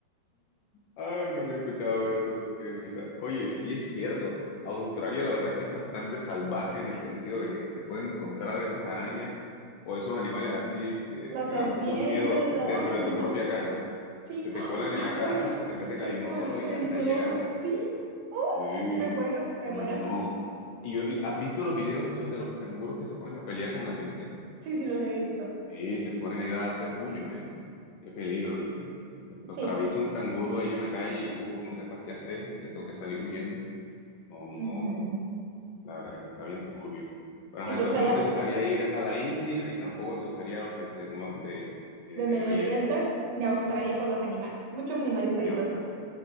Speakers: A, on the left; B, on the right.
A: Ay, no había escuchado eso. Qué risa. Oye, sí es cierto. Australia, la verdad es que es bastante salvaje en el sentido de que te puedes encontrar esas arañas o esos animales así que,
B: Las
A: que
B: serpientes,
A: dan full miedo
B: la-
A: dentro
B: ay,
A: de
B: no.
A: tu propia casa.
B: Sí,
A: Se te cuelan
B: ay,
A: en la casa, se te meten
B: que
A: al inodoro
B: por, por
A: y hasta
B: el inodoro,
A: ahí llegaste.
B: sí. ¡Oh!
A: Sí.
B: me muero, me
A: No,
B: muero.
A: no, no, no. Y, yo- y- ¿has visto los videos esos de los canguros que se ponen a pelear con la gente?
B: Sí, sí, los he visto.
A: Y se ponen ahí a darse puño, ¿eh? Qué peligro, ¿viste? Se te
B: Sí.
A: atraviesa un canguro ahí en la calle y tú no sepas qué hacer y te toque salir huyendo. No, no,
B: Ujú.
A: no. La verdad es que está bien turbio. Pero,
B: Sí,
A: ajá,
B: yo
A: entonces
B: por allá.
A: no te gustaría ir a la India y tampoco te gustaría a los países de, Nuevo- de, de
B: de
A: Medio
B: Medio
A: Oriente
B: Oriente ni Australia por los animales. Muchos animales peligrosos,
A: ni a Australia.